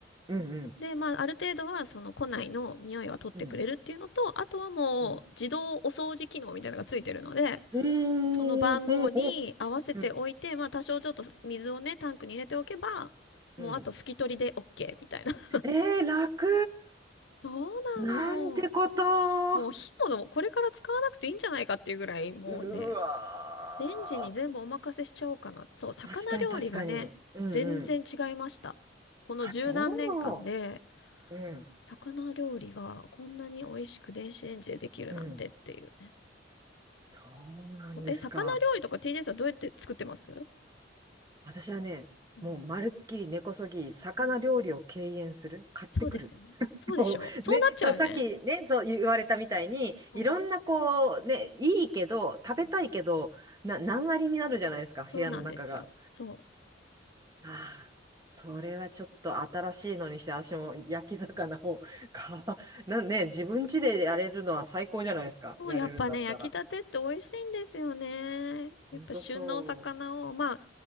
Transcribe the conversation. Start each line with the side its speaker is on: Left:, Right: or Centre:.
Right: うんうん。
Left: で、まあ、ある程度はその庫内の匂いは取ってくれるっていうのと、
Right: うん。
Left: あとはもう自動お掃除機能みたいなのがついてるので、
Right: うん。うーん、
Left: その番号に合わせておいて、
Right: ほうほう。うん、
Left: まあ多少ちょっと水をね、タンクに入れておけば、もうあと拭き取りで
Right: うん。
Left: OK みたいな。
Right: えー、楽。
Left: <laughs> そうなの。
Right: なんてこと。
Left: もう火もこれから使わなくていいんじゃないかっていうぐらい、もうね、
Right: うわ
Left: レンジに全部お任せしちゃおうかな。そう、魚料理がね、
Right: ー。確かに、確かに。うん、
Left: 全然違いました。
Right: うん。
Left: この十何年間で、
Right: あ、そう。うん、
Left: 魚料理がこんなに美味しく電子レンジでできるなんてっていうね。
Right: うん。そうなんですか。
Left: そう、え、魚料理とか TJ さんどうやって作ってます
Right: 私はね、
Left: うん、
Right: もうまるっきり根こそぎ、魚料理を敬遠する。
Left: うん。
Right: 買ってくる。
Left: そうですよね。そうでしょそうなっちゃうよね。
Right: もう、ね、そう、さっきね、そう言われたみたいに、
Left: そ
Right: いろんなこう、ね、いいけど、食べたいけど、
Left: う。うん
Right: な、難ありになるじゃないですか、
Left: そうなんですよ。
Right: 部屋の中が。
Left: そう。
Right: ああ、それはちょっと新しいのにして、私も焼き魚を <laughs> か、なんね、自分家でやれるのは最高じゃないですか。
Left: もうやっぱね、
Right: やれるんだったら。
Left: 焼きたてって美味しいんですよね。やっぱ旬のお魚を、
Right: ほんとそ
Left: まあ、